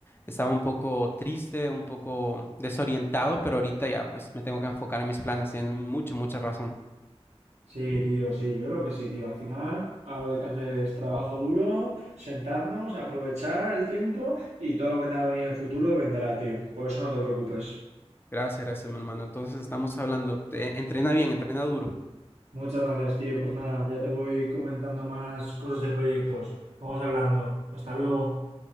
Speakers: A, on the left; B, on the right.
A: estaba un poco triste, un poco desorientado, pero ahorita ya pues me tengo que enfocar en mis planes. Tienes mucha, mucha razón.
B: Sí, tío, sí, yo creo que sí, tío. Al final, algo que hay que hacer es trabajo duro, sentarnos, aprovechar el tiempo y todo lo que te va a venir en el futuro vendrá, tío. Por eso no te preocupes.
A: Gracias, gracias, mi hermano. Entonces estamos hablando. Te- entrena bien, entrena duro.
B: Muchas gracias, tío. Pues nada, ya te voy comentando más cosas de proyectos. Vamos hablando. Hasta luego.